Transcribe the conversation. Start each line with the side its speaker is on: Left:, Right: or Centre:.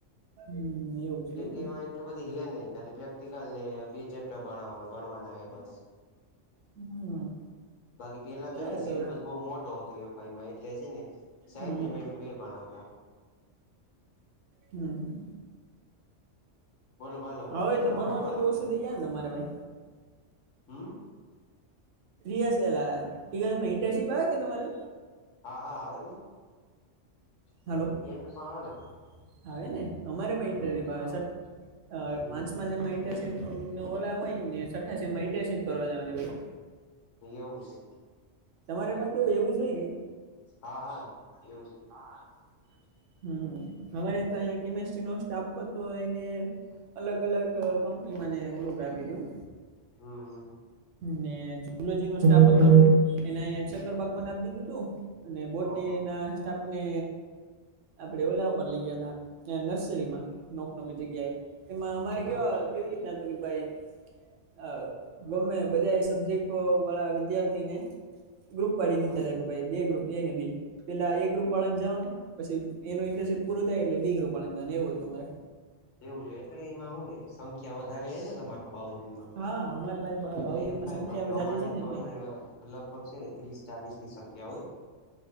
Right: હમ એવું છે
Left: કેમ
Right: એમને
Left: કે એમાં એટલું બધી હે નહિ ખાલી પ્રેક્ટિકલ ને બે ચેપ્ટર ભણવાના હે બસ
Right: હમ.
Left: બાકી પેલા
Right: હા
Left: તોય ને સિલેબસ
Right: તો
Left: બહુ મોટો હતો એફઆઈમાં એટલે છે ને સાહેબ
Right: હમ
Left: ને મેડ બે ભણાવતા
Right: હમ હમ.
Left: બોલો બલો
Right: હવે
Left: બાકી તમારે
Right: તો ભણવાનું
Left: હું હાલે
Right: તો ઓછું
Left: કોલેજમાં,
Right: થઈ જાય ને તમારે ભાઈ
Left: હમ?
Right: યલા ઇન્ટિપ આવે કે તમારે?
Left: હા હા આવે ને હ
Right: હલો
Left: એન્ડમાં
Right: આવે ને? અમારે માં ઇન્ટર
Left: હમ
Right: ભાવ સાહેબ
Left: હમ
Right: પાંચમાં
Left: હમ
Right: જમાં ઇન્ટરેસ્ટ ઓલા હોય ને સઠાસીમાં ઇન્ટરશિપ કરવા જવાની હોય
Left: એવું છે.
Right: તમારે પણ કેવું એવું જો હોય કે?
Left: હા હા એવું છે.
Right: હા હા. હમ હરે તો અહીંયા કેમિસ્ટ્રી નો સ્ટાફ હતો એને અલગ અલગ કંપનીમાંને ઓલુંગ આપી દું
Left: હા હા.
Right: ને જુલોજી નો સ્ટાક હતો એને શકરબાગ આપી દીધું તું. અને બોર્ડની
Left: હ હ
Right: ના સ્ટાફને આપડે ઓલા ઉપર લઈ ગયા ત નર્સરીમાં નોક નકી જગ્યાએ એમાં અમારે કેવા
Left: એવું છે
Right: કેવી રીતના હત કે ભાઈ આ ગમે બધા સબ્જેક્ટ વાળા વિદ્યાર્થી ને ગ્રુપ પાડી દીધા
Left: હ
Right: હતા કે ભાઈ બે ગ્રુપ ને બી પેલા એ એક ગુપળાને જવાનું પછી એનું ઇન્ટરશિપ પૂરું થાય એટલે બે ગ્રુપ વાળાને જવાનું એવું હતું મારે
Left: એવું છે એટલે એમા હું રેય સંખ્યા વધારે હ ને તમારે તો બાઉ દનમાં
Right: હા અમારી પાસે
Left: એટલે
Right: બાઉદીનમાં
Left: એમ થાય
Right: સંખ્યા
Left: બાકી અમારે
Right: જાજી છે ને
Left: તો
Right: એટલે
Left: અહિયાં લગભગ છેને ત્રીસ ચાલીસ ની સંખ્યા હોય